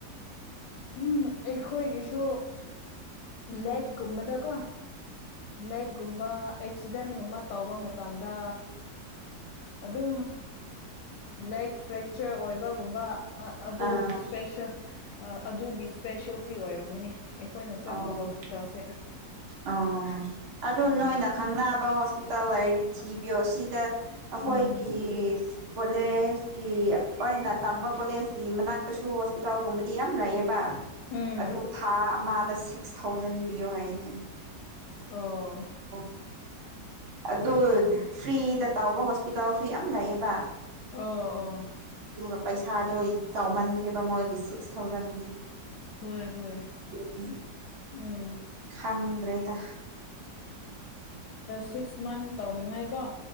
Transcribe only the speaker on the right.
ꯑꯥ
ꯑꯣ
ꯑꯣ ꯑꯗꯨ
ꯅꯣꯏꯅ ꯈꯪꯅꯕ ꯍꯣꯁꯄꯤꯇꯥꯜ ꯂꯩꯔꯗꯤ ꯊꯤꯕꯤꯌꯣ ꯁꯤꯗ ꯑꯩꯈꯣꯏꯒꯤ
ꯀꯣꯂꯦꯖꯀꯤ ꯑꯣꯏꯅ ꯇꯝꯕ ꯀꯣꯂꯦꯖꯀꯤ ꯃꯅꯥꯛꯇꯁꯨ ꯍꯣꯁꯄꯤꯇꯥꯜꯒꯨꯝꯕꯗꯤ ꯌꯥꯝ ꯂꯩꯌꯦꯕ
ꯑꯗꯨ ꯊꯥ ꯑꯃꯗ ꯁꯤꯛꯁ ꯊꯥꯎꯖꯟ ꯄꯤꯌꯣ ꯍꯥꯏꯅꯦ
ꯑꯣ ꯑꯗꯨ
ꯐ꯭ꯔꯤꯗ ꯇꯧꯕ ꯍꯣꯁꯄꯤꯇꯥꯜꯁꯨ ꯌꯥꯝ ꯂꯩꯌꯦꯕ
ꯑꯗꯨꯒ ꯄꯩꯁꯥꯗꯣ ꯆꯥꯎꯃꯟꯈ꯭ꯔꯦꯕ ꯃꯣꯏꯒꯤ ꯁꯤꯛꯁ ꯊꯥꯎꯖꯟꯗꯤ
ꯑꯗꯨꯒꯤ
ꯈꯪꯗ꯭ꯔꯦꯗ